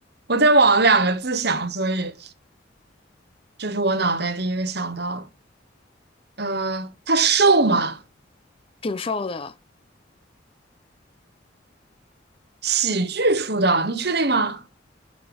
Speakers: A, on the right (about 60°); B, on the left (about 30°).
A: 我在往两个字想，所以这是我脑袋第一个想到的。呃，他瘦吗？
B: 挺瘦的，
A: 喜剧出道，你确定吗？